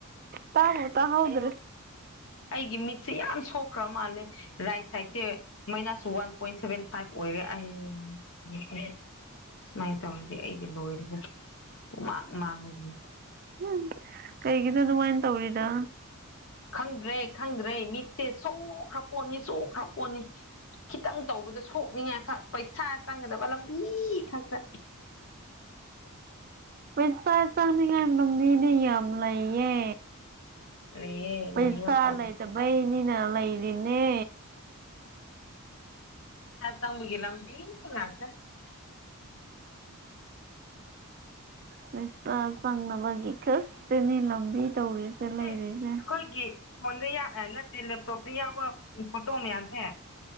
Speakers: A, on the right (about 40°); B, on the left (about 60°).
A: ꯇꯥꯕꯨ ꯇꯥ ꯍꯧꯗꯔꯦ
B: ꯑꯩꯒꯤ ꯃꯤꯠꯁꯦ ꯌꯥꯝ ꯁꯣꯛꯈ꯭ꯔ ꯃꯥꯜꯂꯦ ꯔꯥꯏꯠ ꯁꯥꯏꯗꯁꯦ minus one point seven five ꯑꯣꯏꯔꯦ ꯑꯩ ꯁꯨꯃꯥꯏꯅ ꯇꯧꯔꯗꯤ ꯑꯩꯗꯤ ꯂꯣꯏꯔꯦꯗ ꯄꯨꯡꯃꯥꯡ ꯃꯥꯡꯉꯤꯗꯅ
A: ꯎꯝ ꯀꯩꯒꯤꯅꯣ ꯑꯗꯨꯃꯥꯏꯅ ꯇꯧꯔꯤꯗꯣ
B: ꯈꯪꯗ꯭ꯔꯦ ꯈꯪꯗ꯭ꯔꯦ ꯃꯤꯠꯁꯦ ꯁꯣꯛꯈ꯭ꯔꯥ ꯄꯣꯠꯅꯤ ꯁꯣꯛꯈ꯭ꯔꯥ ꯄꯣꯠꯅꯤ ꯈꯤꯇꯪ ꯇꯧꯕꯗꯣ ꯁꯣꯛꯅꯤꯡꯉꯥꯏ ꯈꯛ ꯄꯩꯁꯥ ꯆꯪꯒꯗꯕ ꯂꯝꯕꯤ ꯈꯛꯇ
A: ꯄꯩꯁꯥ ꯆꯥꯅꯤꯉꯥꯏ ꯃꯃꯤꯗꯤ ꯌꯥꯝ ꯂꯩꯌꯦ
B: ꯂꯩꯌꯦ
A: ꯄꯩꯁꯥ
B: ꯂꯩꯌꯦ ꯎꯄꯥꯏ
A: ꯂꯩꯇꯕꯩꯅꯤꯅ
B: ꯂꯩꯇꯦ
A: ꯂꯩꯔꯤꯅꯦ
B: ꯁꯥ‌ ꯆꯪꯕꯒꯤ ꯂꯝꯕꯤ‌ ꯉꯥꯛꯇ
A: ꯄꯩꯁꯥ‌ ꯆꯪꯅꯕꯒꯤ ꯈꯛꯇꯅꯤ ꯂꯝꯕꯤ ꯇꯧꯔꯤꯁꯦ
B: ꯑꯁꯦ
A: ꯂꯩꯔꯤꯁꯦ
B: ꯑꯩꯈꯣꯏꯒꯤ ꯐꯣꯟꯗ ꯌꯥ ꯅꯠꯇꯦ ꯂꯦꯞꯇꯣꯞꯇ ꯌꯥꯎꯕ ꯐꯣꯇꯣ ꯃꯌꯥꯝꯁꯦ